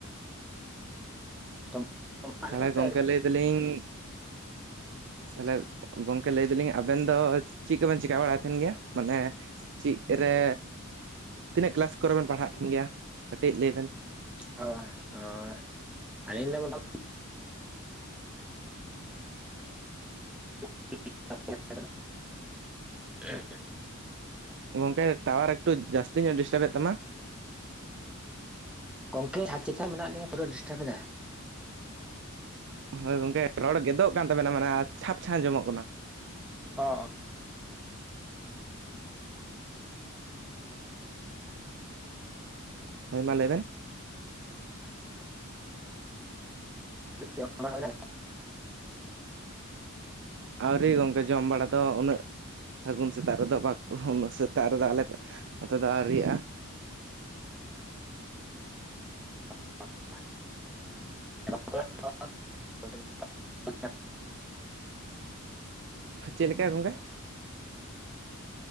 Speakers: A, in the centre; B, on the right (about 60°).
A: ᱛᱚ ᱫᱟᱜ
B: ᱛᱟᱦᱚᱞᱮ
A: ᱞᱮᱠᱟ
B: ᱜᱚᱝᱠᱮ
A: ᱫᱚ ᱟᱹᱣᱨᱤ
B: ᱞᱟᱹᱭ ᱫᱟᱞᱤᱧ ᱛᱟᱦᱞᱮ ᱜᱚᱝᱠᱮ ᱞᱟᱹᱭ ᱫᱟᱞᱤᱧ ᱟᱵᱮᱱ ᱫᱚ ᱪᱮᱫ ᱠᱚᱵᱮᱱ ᱪᱤᱠᱟᱹ ᱵᱟᱲᱟᱭ ᱛᱟᱦᱮᱱ ᱜᱮᱭᱟ ᱢᱟᱱᱮ᱾ ᱪᱮᱫ ᱨᱮ ᱛᱤᱱᱟᱹᱜ ᱠᱞᱟᱥ ᱠᱚᱨᱮ ᱵᱮᱱ ᱯᱟᱲᱦᱟᱜ ᱛᱟᱦᱮᱱ ᱜᱮᱭᱟ ᱠᱟᱹᱴᱤᱡ ᱞᱟᱹᱭ ᱵᱮᱱ
A: ᱟᱸ ᱦᱮᱸ ᱟᱞᱤᱧ ᱫᱚ <unintelligible>
B: ᱜᱚᱝᱠᱮ ᱴᱟᱣᱟᱨ ᱮᱠᱴᱩ ᱡᱟᱹᱥᱛᱤ ᱧᱚᱜ ᱰᱤᱥᱴᱟᱨᱵ ᱮᱫ ᱛᱟᱢᱟ᱾
A: ᱜᱚᱝᱠᱮ ᱪᱷᱟᱸᱛ ᱪᱮᱛᱟᱱᱨᱮ ᱢᱮᱱᱟᱜ ᱞᱤᱧᱟ ᱯᱩᱨᱟᱹ ᱰᱤᱥᱴᱟᱨᱵ ᱮᱫᱟ᱾
B: ᱦᱳᱭ ᱜᱚᱝᱠᱮ ᱨᱚᱲ ᱜᱮᱫᱚᱜ ᱠᱟᱱ ᱛᱟᱵᱮᱱᱟ ᱢᱟᱱᱮ ᱪᱷᱟᱯ ᱪᱷᱟᱯ ᱟᱸᱡᱚᱢᱚᱜ ᱠᱟᱱᱟ᱾
A: ᱚ
B: ᱦᱳᱭ ᱢᱟ ᱞᱟᱹᱭ ᱵᱮᱱ
A: <unintelligible>
B: ᱟᱹᱣᱨᱤ ᱜᱚᱝᱠᱮ ᱡᱚᱢ ᱵᱟᱲᱟ ᱫᱚ ᱩᱱᱟᱹᱜ ᱥᱟᱹᱜᱩᱱ ᱥᱮᱛᱟᱜ ᱨᱮᱫᱚ ᱵᱟᱠᱚ <inaudible> ᱩᱱᱟᱹᱜ ᱥᱮᱛᱟᱜ ᱨᱮᱫᱚ ᱟᱞᱮ ᱠᱚ ᱱᱚᱛᱮ ᱫᱚ ᱟᱹᱣᱨᱤᱭᱟᱜᱼᱟ
A: <unintelligible>
B: ᱪᱮᱫ ᱞᱮᱠᱟ ᱜᱚᱝᱠᱮ